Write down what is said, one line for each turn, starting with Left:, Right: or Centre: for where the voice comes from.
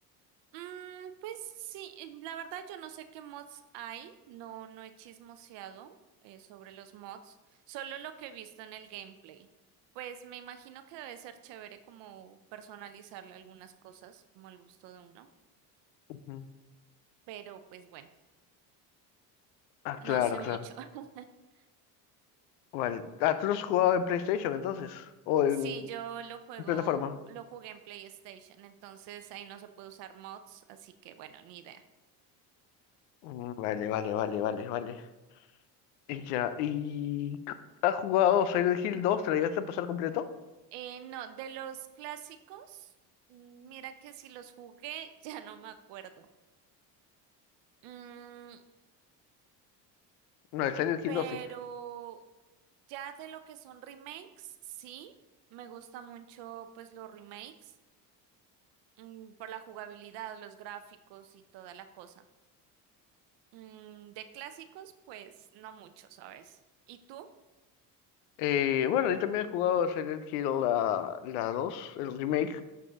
Right: Mm, pues sí, eh, la verdad yo no sé qué mods hay, no, no he chismoseado eh, sobre los mods, solo lo que he visto en el gameplay. Pues me imagino que debe ser chévere como personalizarle algunas cosas, como al gusto de uno,
Left: Ujú.
Right: pero pues bueno,
Left: Ah,
Right: no
Left: claro,
Right: sé
Left: claro.
Right: mucho. <laughs>
Left: Vale. Ah, ¿tú lo has jugado en PlayStation entonces? ¿O en,
Right: Sí, yo lo juego,
Left: en plataforma?
Right: lo jugué en PlayStation, entonces ahí no se puede usar mods, así que bueno, ni idea.
Left: Mm, Vale, vale, vale, vale, vale. Y ya, ¿y has jugado Silent Hill dos ¿Te lo llegaste a pasar completo?
Right: Eh, no, de los clásicos, mm, mira que si los jugué, <laughs> ya no me acuerdo. Mm,
Left: No, el Silent
Right: pero
Left: Hill 2,
Right: ya de lo que son remakes, sí, me gusta mucho pues los remakes, mm, por la jugabilidad, los gráficos y toda la cosa. Mm, de clásicos, pues no mucho, ¿sabes? ¿Y tú?
Left: Eh, bueno, yo también he jugado Silent Hill la, la 2, el remake.